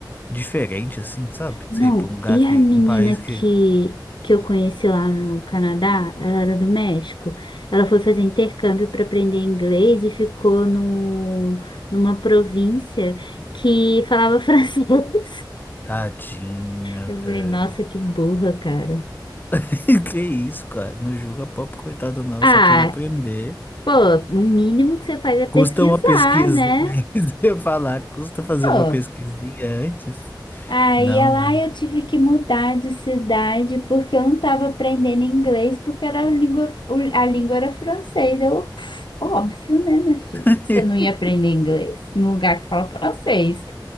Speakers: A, on the left; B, on the left.
A: diferente, assim, sabe?
B: Não,
A: Sei, pra um lugar
B: e
A: que.
B: a menina
A: Um país que
B: que, que eu conheci lá no Canadá, ela era do México. Ela foi fazer intercâmbio para aprender inglês e ficou no, numa província que falava <laughs> francês.
A: Tadinha,
B: Eu
A: velho.
B: falei, nossa, que burra, cara.
A: <laughs> Que isso, cara? Não julga a pobre coitada, não.
B: Ah,
A: Eu só queria aprender.
B: pô, o mínimo que você faz é pesquisar,
A: Custa uma pesquisa.
B: né?
A: <laughs> Se eu falar, custa fazer
B: Pô.
A: uma pesquisinha antes?
B: Aí
A: Não,
B: lá
A: né?
B: eu tive que mudar de cidade porque eu não estava aprendendo inglês, porque era a língua, o- a língua era francês. Eu, pff, óbvio, né, minha filha,
A: <laughs>
B: que você não ia aprender inglês num lugar que fala francês.